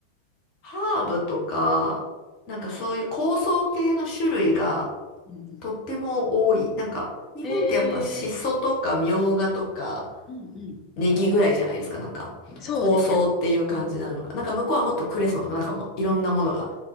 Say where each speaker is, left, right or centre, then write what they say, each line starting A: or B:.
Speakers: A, on the left; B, on the left.
A: ハーブとか、なんかそういう香草系の種類が
B: はい。うん、
A: とっても多い。なんか、日本ってやっぱシソとかミョウガとか
B: へえうん
A: ネギぐらいじゃないですか。なんか、
B: うん。そうですね。
A: 香草っていう感じなのが。なんか向こうはもっとクレソンとか、なんかもういろんなものが